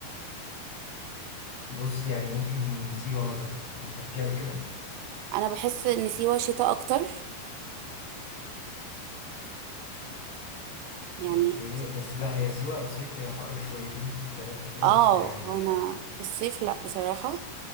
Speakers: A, on the left; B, on the right.
A: بص يعني ممكن سيوة مثلا انت رحتيها قبل كده
B: انا بحس ان سيوه شتاء اكتر يعني
A: اوكي بس لا هي سيوة صيف هي حر شويتين تلاتة كده
B: اه
A: بس يعني
B: انا في الصيف لا بصراحه